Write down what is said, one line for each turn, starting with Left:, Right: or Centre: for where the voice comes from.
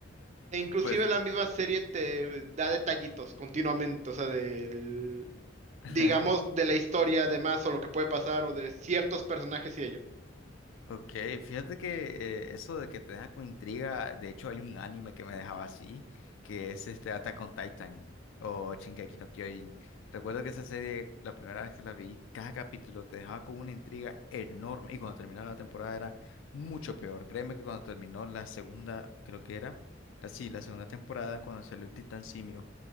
Right: E inclusive
Left: Pues
Right: la misma serie te da detallitos continuamente, o sea, del,
Left: <laughs>
Right: digamos, de la historia, de más, o lo que puede pasar, o de ciertos personajes y ello.
Left: Ok, fíjate que eh, eso de que te deja con intriga, de hecho hay un anime que me dejaba así, que es este Attack on Titan o Shingeki no Kyojin. Recuerdo que esa serie, la primera vez que la vi, cada capítulo te dejaba con una intriga enorme y cuando terminaba la temporada era mucho peor. Créeme que cuando terminó la segunda, creo que era, así, la segunda temporada, cuando salió el Titán Simio,